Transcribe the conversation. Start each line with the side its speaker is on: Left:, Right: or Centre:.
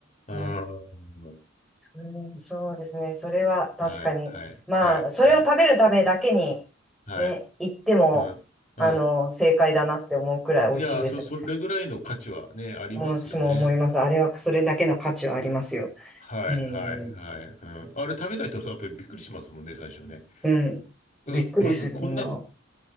Left: う
Centre: ん、
Left: ん。
Centre: それそうですね。それは確かに。
Left: はい、はい、
Centre: まあ、
Left: はい、
Centre: それを食べるためだけに
Left: はい、はい。
Centre: ね、行っても、
Left: うん、うん。
Centre: あの、正解だなって思うくらい美味しいです。
Left: いや、そ、それぐらいの価値はね、ありますよね。
Centre: 私も思います。あれはそれだけの価値はありますよ。
Left: はい、
Centre: えー、
Left: はい、はい。うん。あれ食べた人はやっぱりびっくりしますもんね、最初ね。
Centre: うん。
Left: うまず、
Centre: びっくりする、
Left: こんな
Centre: みんな。